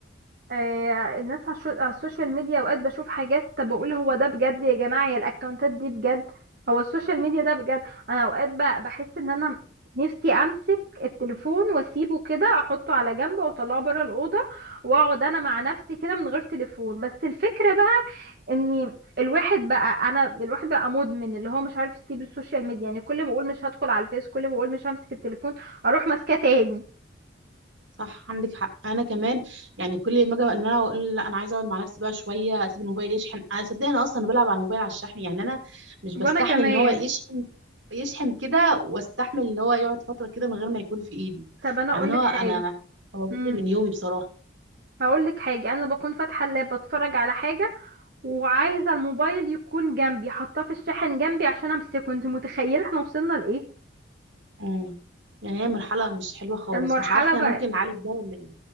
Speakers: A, on the right (about 50°); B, on the right (about 75°).
A: آه، الناس على الشو- على السوشيال ميديا اوقات بشوف حاجات طب بقول هو ده بجد يا جماعة يا الاكونتات دي بجد هو السوشيال ميديا ده بجد انا اوقات ب- بحس ان انا نفسي امسك التليفون واسيبه كده احطه على جنب واطلعه بره الاوضه واقعد انا مع نفسي كده من غير تليفون بس الفكره بقى ان الواحد بقى انا الواحد بقى مدمن اللي هو مش عارف يسيب السوشيال ميديا يعني كل ما اقول مش هدخل على الفيس كل ما اقول مش همسك التليفون اروح ماسكاه تاني
B: صح عندك حق انا كمان يعني كل ما اجي ان انا اقول لا انا عايزه اقعد مع نفسي بقى شويه اسيب الموبايل يشحن انا صدقني انا اصلا بلعب على الموبايل على الشحن يعني انا مش بستحمل
A: وانا كمان
B: ان هو يشحن يشحن كده واستحمل ان هو يقعد فتره كده من غير ما يكون في ايدي
A: طب انا
B: يعني
A: اقول
B: انا
A: لك حاجه
B: هو انا هو جزء
A: مم.
B: من يومي بصراحه
A: هقول لك حاجه انا بكون فاتحه اللاب بتفرج على حاجه وعايزه الموبايل يكون جنبي حاطاه في الشاحن جنبي عشان امسكه انت متخيله احنا وصلنا لايه
B: امم يعني هي مرحله مش حلوه خالص
A: المرحله
B: مش عارفه
A: بقى
B: ممكن نعالج ده ولا ايه